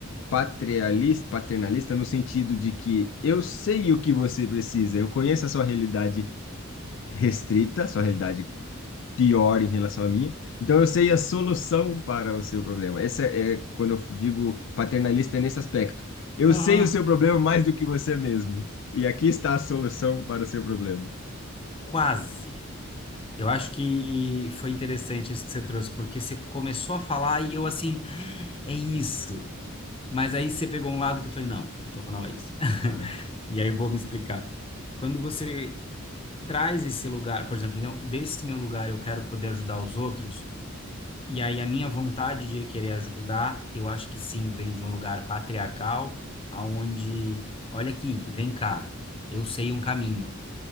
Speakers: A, on the left; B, on the left.
A: patrialista, paternalista no sentido de que eu sei o que você precisa, eu conheço a sua realidade restrita, a sua realidade pior em relação à minha, então eu sei a solução para o seu problema. Essa é é quando eu digo paternalista é nesse aspecto. Eu
B: Ah,
A: sei o seu problema mais do que você mesmo. E aqui está a solução para o seu problema.
B: quase. Eu acho que foi interessante isso que você trouxe, porque você começou a falar e eu assim, "Ah, é isso. Mas aí você pegou um lado que eu falei, não, então não é isso. <laughs>
A: Ah,
B: E aí eu vou me explicar. Quando você traz esse lugar, por exemplo, então, desse meu lugar eu quero poder ajudar os outros, e aí a minha vontade de querer ajudar, eu acho que sim, vem de um lugar patriarcal, aonde, olha aqui, vem cá, eu sei um caminho